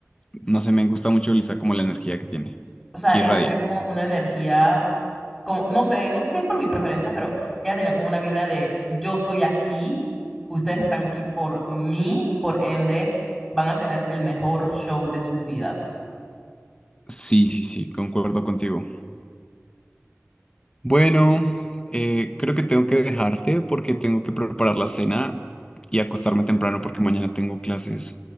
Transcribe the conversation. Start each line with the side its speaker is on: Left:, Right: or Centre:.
Left: No sé, me gusta mucho Lisa como la energía que tiene,
Centre: O sea,
Left: que
Centre: ella
Left: irradia.
Centre: tenía como una energía, como, no sé, no sé si es por mi preferencia, pero ella tenía como una vibra de yo estoy aquí, ustedes están aquí por mí, por ende, van a tener el mejor show de sus vidas.
Left: Sí, sí, sí, concuerdo contigo. Bueno, eh, creo que tengo que dejarte porque tengo que preparar la cena y acostarme temprano porque mañana tengo clases.